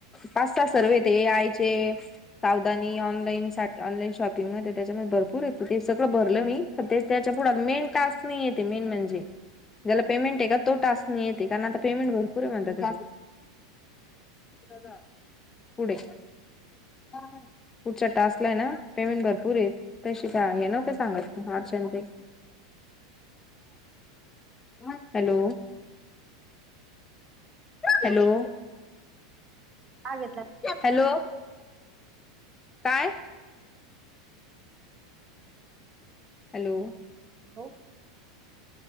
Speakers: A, on the left; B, on the right.
A: पाच सहा सर्वे ते, ए आय चे. सावधानी, ऑनलाईन साट -ऑनलाईन शॉपिंगमध्ये त्याच्यामध्ये भरपूर ये, ते सगळं भरलं मी. तेच त्याच्या पुढ मेन टास्क नही येते, मेन म्हणजे, ज्याला पेमेंट येना, तो टास्क नहीं येते, कारण आता पेमेंट भरपूर म्हणता त्या <inaudible> <unintelligible> पुढे बरोबरे, पुढच्या टास्कला ये ना, पेमेंट भरपूर ये, त्या शी त्या ह्या नव्हत्या सांगत <unintelligible> च्याते, <unintelligible> हॅलो? हॅलो?
B: का घेतला
A: हॅलो? काय? हॅलो?
B: हो <unintelligible>